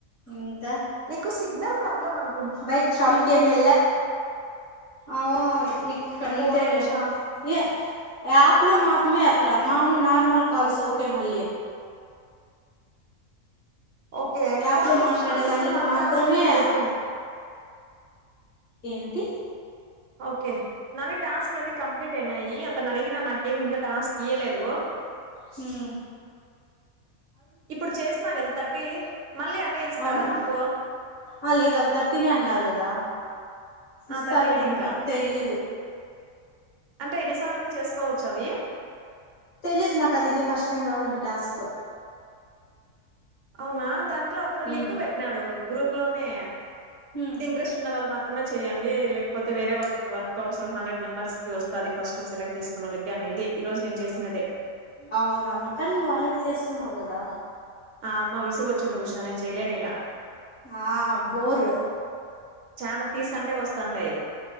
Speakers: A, on the left (about 90°); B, on the right (about 65°).
A: ఇంకా
B: నీ కు సిగ్నల్ ప్రాబ్లమ్ అను
A: బయట్ షాపింగ్ కేమిల అ ఇంకంతేలే
B: పోలే ఉషా
A: ఏ యాప్ లో మాత్రమే అట్లా మామూలు నార్మల్ కాల్స్ ఓకే మళ్ళీ
B: ఓకే
A: యాప్లో
B: కాదు
A: మాట్లాడే
B: ఉష ఇప్పుడు
A: దానికి
B: నావి
A: మాత్రమే
B: టాస్క్ లన్నీ అయిపోయిన
A: ఏంటి
B: ఓకే నావి టాస్క్ లన్నీ కంప్లీట్ అయినాయి అతను అడిగినా నాకేమి ఇంకా టాస్క్ ఇయలేదు
A: హమ్
B: ఇప్పుడు చేసినా కదా థర్టీ మళ్ళీ అవే ఇస్తారా
A: అవును
B: నాకు
A: ఆ లేదు అవి థర్టీనే అన్నారు కదా
B: ఆ
A: ఇస్తారేమో
B: థర్టీనే ఇంకా
A: నాకు తెలియదు
B: అంటే ఎన్నిసార్లున్నా చేసుకోవచ్చు అవి
A: తెలీదు నక్కడి ఇది ఫస్ట్ టైం రావడం మే టాస్క్
B: అవునా దాంట్లో అతను
A: ఉమ్
B: లింక్ పెట్టినాడు గ్రూప్ లోనే
A: ఉమ్
B: ఇంట్రెస్ట్ ఉన్న వాళ్ళు మాత్ మాత్రమే చేయండి లేకపోతే వేరే వాళ్ళకి వర్క్ అవసరం హండ్రెడ్ మెంబర్స్ వస్తుది ఫస్ట్ సెలెక్ట్ చేసుకున్న వాళ్ళకి అని ఇది ఈరోజు నేను చేసినాదే
A: అవునవును కానీ నువ్వు ఆల్రెడీ చేస్తున్నావు కదా
B: ఆ అమ్మ విసుగు వచ్చింది ఉషా నేను చెయ్యలేను ఇంకా
A: ఆ బోర్
B: చానా తీసంటే వస్తుంటాయి